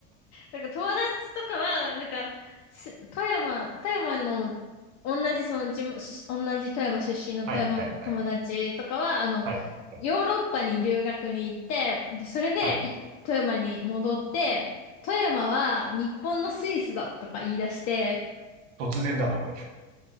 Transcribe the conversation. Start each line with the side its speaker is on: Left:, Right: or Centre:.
Left: なんか友達とかは、なんか、す富山、富山の、同じその地元、し同じ富山出身の富山友達とかは、
Right: はいはいはい。
Left: あの、
Right: はい。はい。
Left: ヨーロッパに留学に行って、で、それでい富山に戻って、
Right: はい
Left: 富山は日本のスイスだとか言い出して、
Right: 突然だな、おい。